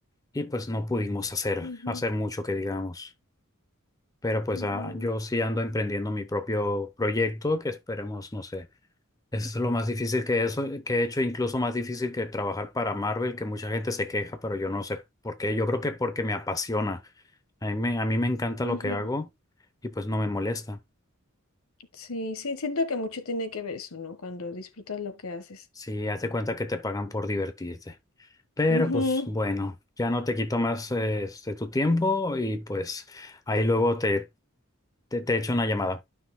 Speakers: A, on the left (about 15°); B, on the left (about 90°).
A: y pues no pudimos hacer,
B: ujú,
A: hacer mucho que digamos. Pero pues
B: ujú,
A: ah, yo sí ando emprendiendo mi propio proyecto que esperemos, no sé, es lo más difícil que eso, que he hecho, incluso más difícil que trabajar para Marvel, que mucha gente se queja, pero yo no sé por qué. Yo creo que porque me apasiona. A mí me, a mí me encanta
B: ujú.
A: lo que hago y pues no me molesta.
B: Sí, sí, siento que mucho tiene que ver eso, ¿no? Cuando disfrutas lo que haces.
A: Sí, haz de cuenta que te pagan por divertirte. Pero
B: Ujú.
A: pues bueno, ya no te quito más eh, este, tu tiempo y pues ahí luego te, te, te echo una llamada.